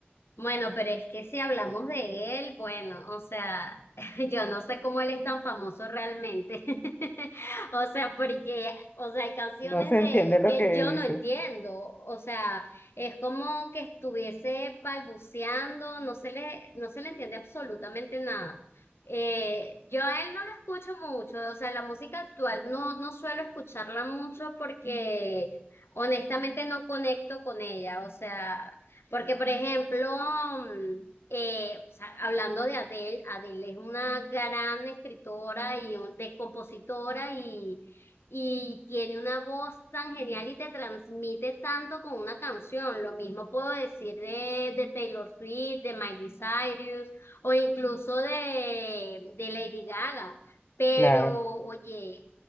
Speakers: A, on the left (about 80°); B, on the left (about 45°).
A: Bueno, pero es que si hablamos de él, bueno, o sea, <laughs> yo no sé cómo él es tan famoso realmente. <laughs> O sea, porque, o sea, hay canciones
B: No se
A: de
B: entiende
A: él
B: lo
A: que
B: que
A: yo
B: dice.
A: no entiendo. O sea, es como que estuviese balbuceando, no se le, no se le entiende absolutamente nada. Eh, yo a él no lo escucho mucho, o sea, la música actual no, no suelo escucharla mucho porque honestamente no conecto con ella. O sea, porque, por ejemplo, mm, eh, o sea, hablando de Adele, Adele es una gran escritora y un- de compositora y, y tiene una voz tan genial y te transmite tanto con una canción. Lo mismo puedo decir de, de Taylor Swift, de Miley Cyrus o incluso de, de Lady Gaga. Pero,
B: Claro.
A: oye,